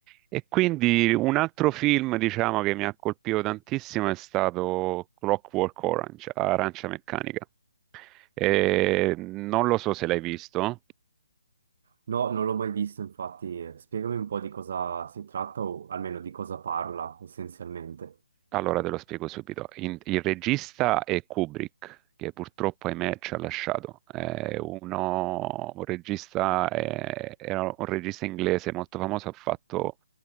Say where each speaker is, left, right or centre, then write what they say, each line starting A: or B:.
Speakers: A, on the right; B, on the right.
A: E quindi un altro film, diciamo, che mi ha colpito tantissimo è stato Clockwork Orange, Arancia Meccanica. E non lo so se l'hai visto,
B: No, non l'ho mai visto, infatti. Spiegami un po' di cosa si tratta o almeno di cosa parla essenzialmente.
A: allora te lo spiego subito. In- il regista è Kubrick, che purtroppo, ahimè, ci ha lasciato. È uno- un regista, eh, era un regista inglese molto famoso, ha fatto